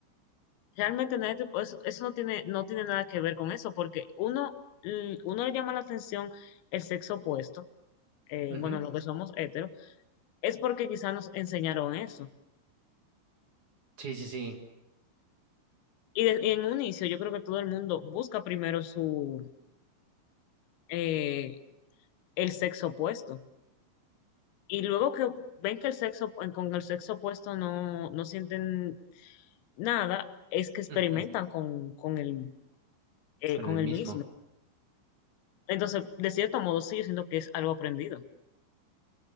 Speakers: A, on the left; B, on the right.
A: realmente nadie te puede- eso, eso no tiene, no tiene nada que ver con eso, porque uno, l- uno le llama la atención el sexo opuesto eh,
B: ujú.
A: bueno, los que somos heteros, es porque quizás nos enseñaron eso.
B: Sí, sí, sí.
A: Y, de- y en un inicio yo creo que todo el mundo busca primero su, eh, el sexo opuesto. Y luego que ven que el sexo, con el sexo opuesto no, no sienten nada, es que experimentan
B: Ujú,
A: con, con el, eh,
B: Con
A: con
B: el mismo.
A: el mismo. Entonces, de cierto modo, sí, yo siento que es algo aprendido.